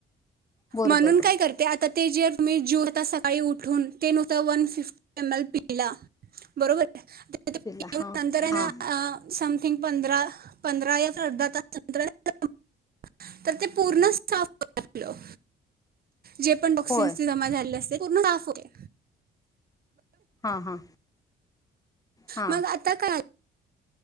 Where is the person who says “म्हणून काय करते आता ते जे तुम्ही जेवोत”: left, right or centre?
Right